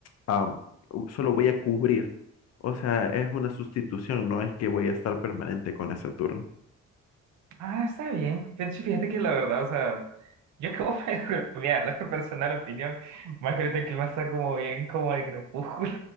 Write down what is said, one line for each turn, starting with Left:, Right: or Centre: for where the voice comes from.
Left: am, u- solo voy a cubrir. O sea, es una sustitución, no es que voy a estar permanente con ese turno.
Right: Ah, está bien. De hecho, fíjate que la verdad, o sea, yo acabo <laughs> de mira, la personal opinión, más que ahorita el clima está como bien, como de crepúsculo,